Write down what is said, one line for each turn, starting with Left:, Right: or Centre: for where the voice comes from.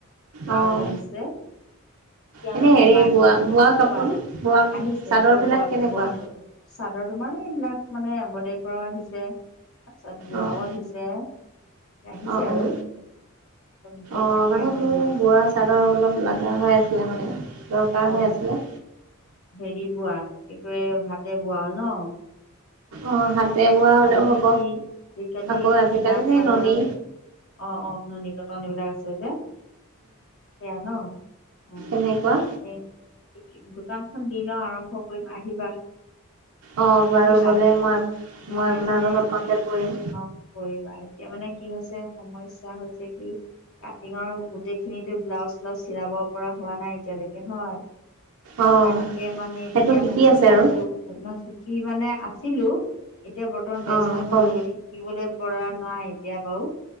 Left: ব্লাউজ
Right: অ',
Left: আহিছে। এতিয়া
Right: এনে
Left: অলপ
Right: হেৰি
Left: কমাই আনিছো,
Right: বোৱা
Left: পিছত
Right: বোৱা কাপোৰ
Left: কোৱা,
Right: নে বোৱা
Left: আহিছে
Right: চাদৰবিলাক
Left: চব বোৱা-বোৱা
Right: কেনেকুৱা?
Left: চাদৰ তোমাৰ। এইবিলাক মানে এমব্ৰইডাৰী কৰাও আহিছে। তাৰ পিছত বোৱাও
Right: অ',
Left: আহিছে। আহিছে
Right: অ',
Left: আৰু
Right: অ',
Left: এতিয়া
Right: অ'
Left: তাকে
Right: মানে
Left: আনিলো
Right: মোৰ বোৱা চাদৰ অলপ লগা হৈ আছিলে মানে দৰকাৰ
Left: অ
Right: হৈ আছিলে।
Left: হেৰি বোৱা এটোৱে হাতে বোৱা ন।
Right: অ' হাতে বোৱা
Left: তাৰমানে
Right: হলেও হ'ব
Left: কি আজিকালি
Right: আকৌ। আজিকালি
Left: কিনা
Right: নে
Left: চাদৰ
Right: ননী
Left: অ'- অ' নুনী কতন এইবিলাক আছে যে সেয়া ন। অ
Right: এনেকুৱা।
Left: সেই দোকানখন দি লওঁ, আৰম্ভ কৰিম আহিবা।
Right: অ' বাৰু
Left: আহিবা
Right: গ'লে মই -মই
Left: এতিয়া
Right: আপোনাৰ
Left: মানে
Right: লগত কণ্টেক্ট কৰিম।
Left: অ কৰিবা এতিয়া মানে কি হৈছে, সমস্যা হৈছে কি কাটিঙৰ গোটেইখিনিতো ব্লাউজ চ্লাউজ চিলাব পৰা হোৱা নাই এতিয়ালৈকে হয়।
Right: অ',
Left: তাকে মানে এতিয়া
Right: সেইটো শিকি
Left: ভাবিছো
Right: আছে
Left: কাপোৰ
Right: আৰু
Left: চুকি মানে। ছিলো এতিয়া বৰ্তমান ব্যস্ত
Right: অ',
Left: হৈ
Right: হ'ল
Left: গ'লো, শিকিবলে পৰা নাই এতিয়া বাৰু।